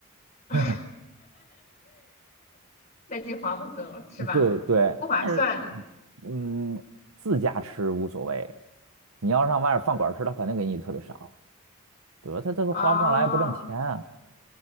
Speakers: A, on the left (about 35°); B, on the right (about 75°).
A: <laughs>
B: <laughs>
A: 那就划不走了是吧？
B: 对对，
A: 不划算了。
B: 但是，嗯，自家吃无所谓，你要上外面饭馆吃，他肯定给你特别少，对吧？他这个花不上来，
A: 哦，
B: 不挣钱啊。